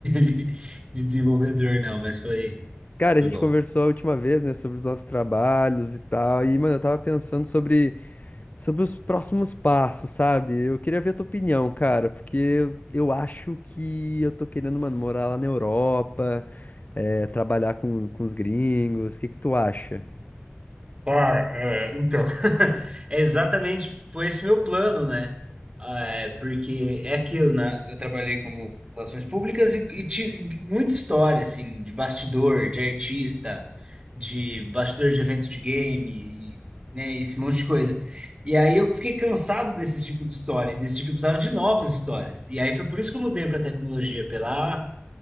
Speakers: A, on the right; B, on the left.
A: <laughs> de desenvolvedor, não, mas foi,
B: Cara,
A: foi
B: a gente
A: bom.
B: conversou a última vez, né, sobre os nossos trabalhos e tal. E, mano, eu tava pensando sobre sobre os próximos passos, sabe? Eu queria ver a tua opinião, cara, porque eu, eu acho que eu tô querendo, mano, morar lá na Europa, eh, trabalhar com, com os gringos. O que que tu acha?
A: Cara, é, então, <laughs> é exatamente foi esse meu plano, né? Ah, É, porque é aquilo, né? Eu trabalhei como relações públicas e, e tive muita história, assim, de bastidor, de artista, de bastidor de evento de game, né? Esse monte de coisa. E aí eu fiquei cansado desse tipo de história, e desse tipo, eu precisava de novas histórias. E aí foi por isso que eu mudei para tecnologia, pela,